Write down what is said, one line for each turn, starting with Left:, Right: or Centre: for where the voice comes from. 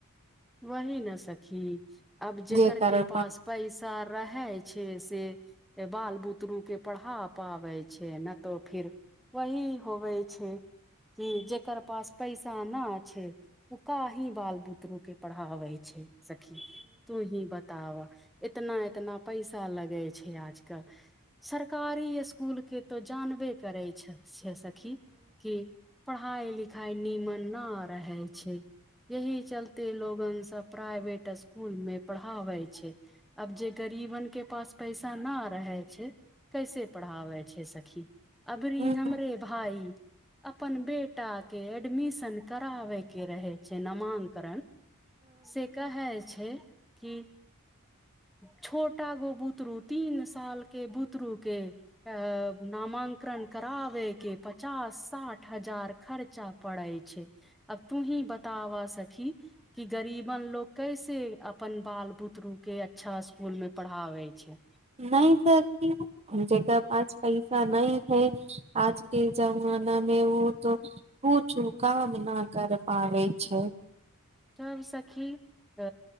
Centre: वही न सखी अब जेकर
Right: जे कारण
Centre: के पास पैसा रहैय छैय से बाल बुतरु के पढ़ा पाबै छैय न तऽ फिर वही होबै छैय। कि जेकर पास पैसा न छैय ओ का ही बाल बुतरु के पढ़ाबे छैय सखी तू ही बताव इतना इतना पैसा लगै छैय आजकल सरकारी एसकुल के तो जानबे करै छ स सखी कि पढ़ाइ पढ़ाई लिखाई नीमन न रहै छैय यही चलते कते लोगन सब प्राइवेट स्कूल में पढ़ाबैइ छैय। अब जे गरीबन के पास पैसा ना रहैए छैय कैसे पढ़ाबैइ छैय सखी अभरी
Right: नहि
Centre: हमरे भाइ अपन बेट बेटा के एडमिशन कराबे के रहे छैय नामांकन से कहै छैय कि छोटा गो बुतरू तीन सालके बुतरू के अ नाम नामंकन कराबे के पचास साठ हजार खर्चा पड़ै छैय। अब तू ही बताव सखी कि गरीबन लोग कैसे अपन बाल बुतरू के अच्छा इसकुल में पढ़ाबै छैय
Right: नहि स ककर पास पैसा नहि है आजके जमान मनमे ओ त पूछू काम न कर पाबे छै
Centre: तब सखी अ